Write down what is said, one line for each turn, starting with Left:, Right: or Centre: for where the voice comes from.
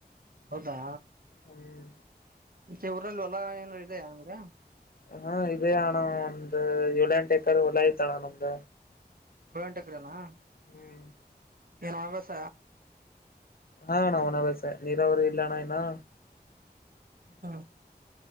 Right: ಹೌದಾ
Left: ಹ್ಮ್
Right: ಮೆ ಊರಲ್ಲಿ ಹೊಲಾ ಏನ ಇದೆಯಾ ನಮ್ಗ
Left: ಹ ಇದೇ ಅಣ್ಣ ಒಂದ್ ಏಳೆ ಎಂಟು ಎಕರ್ ಹೊಲ ಐತ ಅಣ್ಣ ನಮ್ದ
Right: ಗಂಟ ಕಡೆನಾ
Left: ಹ್ಮ್
Right: ಏನ ಅಭ್ಯಾಸ
Left: ಹಾ ನಾ ಅವನಲ್ಸೆ ನೀರವರು ಇಲ್ಲಣ ನ
Right: ಹಾ